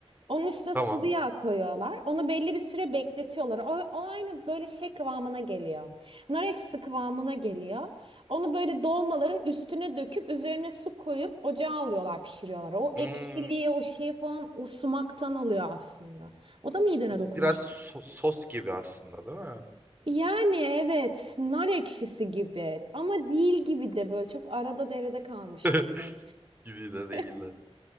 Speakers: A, on the right (about 55°); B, on the right (about 15°).
A: Onun üstüne
B: Tamam.
A: sıvı yağ koyuyorlar. Onu belli bir süre bekletiyorlar. O, o aynı böyle şey kıvamına geliyor. Nar ekşisi kıvamına geliyor. Onu böyle dolmaların üstüne döküp üzerine su koyup ocağa alıyorlar pişiriyorlar. O
B: Hmm,
A: ekşiliği o şeyi falan o sumaktan alıyor aslında. O da midene dokunmuş.
B: biraz so- sos gibi aslında değil mi?
A: Yani evet nar ekşisi gibi ama değil gibi de böyle çok arada derede kalmış
B: <laughs>
A: bir şey.
B: Gibi de değil
A: <laughs>
B: de.